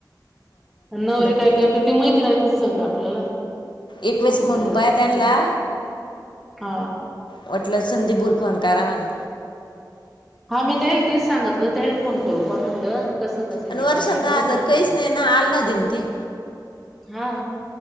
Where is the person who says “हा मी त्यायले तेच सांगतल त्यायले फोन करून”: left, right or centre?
Centre